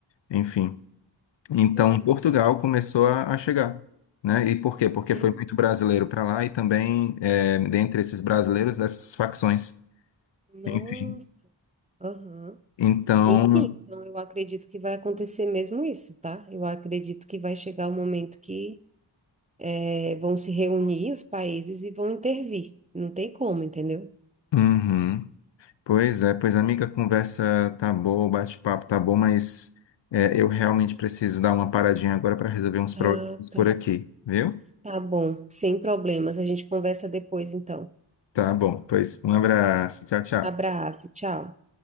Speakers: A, on the left (about 70°); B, on the right (about 15°).
A: Enfim. Então,
B: que horror.
A: Portugal começou a, a chegar, né? E por quê? Porque
B: Meu
A: foi muito
B: Deus.
A: brasileiro para lá e também, é, dentre esses brasileiros, dessas facções.
B: Nossa.
A: Enfim.
B: Aham.
A: Então,
B: Enfim, então eu acredito que vai acontecer mesmo isso, tá? Eu acredito que vai chegar o momento que eh, vão se reunir os países e vão intervir. Não tem como, entendeu?
A: uhum. Pois é, pois amiga, a conversa tá boa, o bate-papo tá bom, mas é, eu realmente preciso dar uma paradinha agora para resolver uns
B: Ah,
A: problemas por
B: tá.
A: aqui, viu?
B: Tá bom, sem problemas. A gente conversa depois, então.
A: Tá bom, pois um abraço, tchau, tchau.
B: Abraço, tchau.